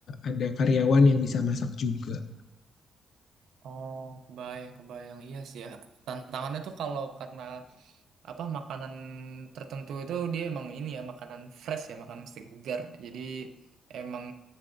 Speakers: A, on the left (about 50°); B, on the right (about 75°).
A: ada karyawan yang bisa masak juga.
B: Oh, kebayang, kebayang. Iya sih ya. Tantangannya tuh kalau karena apa makanan tertentu itu dia emang ini ya makanan fresh ya, makanan segar. Jadi emang